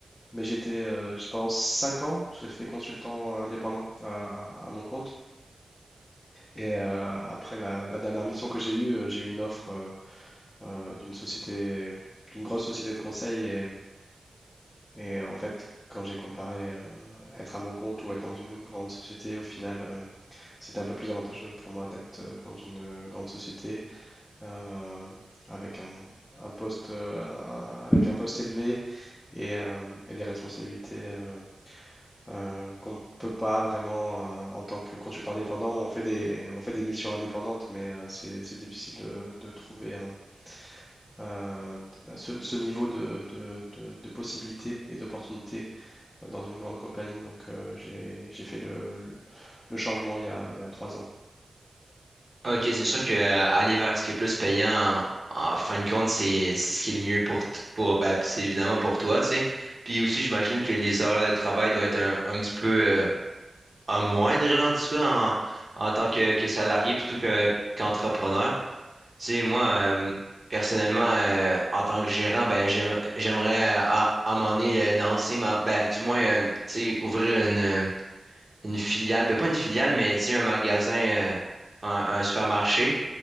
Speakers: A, on the left; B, on the right.
A: Mais j'étais euh, j- pendant cinq ans, j'ai fait consultant indépendant à, à- à mon compte. Et euh, après la, la dernière mission que j'ai eue, euh, j'ai eu une offre euh, euh, d'une société, d'une grosse société de conseil et, et en fait, quand j'ai comparé euh, être à mon compte ou être dans une grande société, au final, euh, c'était un peu plus avantageux pour moi d'être euh, dans une grande société euh, avec un, un poste, euh, un- avec un poste élevé et, euh, et des responsabilités euh, euh, qu'on peut pas vraiment euh, en tant que consultant indépendant. On fait des, on fait des missions indépendantes, mais euh, c'est, c'est difficile de, de trouver un, euh, ce, ce niveau de, de, de- de possibilités et d'opportunités euh, dans une grande compagnie. Donc, euh, j'ai, j'ai fait le, le changement il y a, il y a trois ans.
B: Ok, c'est sûr que euh, aller vers ce qui est plus payant, en, en fin de compte, c'est c'est ce qui est le mieux pour, t- pour ben, c'est évidemment pour toi, tu sais. Puis aussi, j'imagine que les horaires de travail doivent être un, un petit peu euh, à moindre, là, en tout cas, en, en tant que, que salarié plutôt que, qu'entrepreneur. Tu sais, moi, euh, personnellement, euh, en tant que gérant, ben, j'aime- j'aimerais euh, à, à un moment donné euh, lancer ma, ben, du moins, euh, tu sais, ouvrir une, une filiale, ben, pas une filiale, mais tu sais, un magasin, euh, un un supermarché